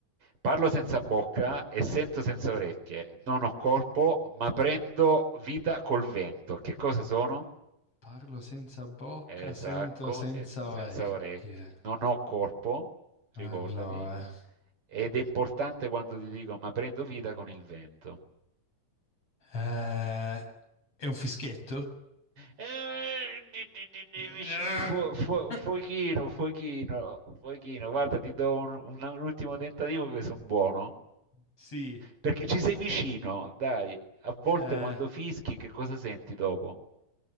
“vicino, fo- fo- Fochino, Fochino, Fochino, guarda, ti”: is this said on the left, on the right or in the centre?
Right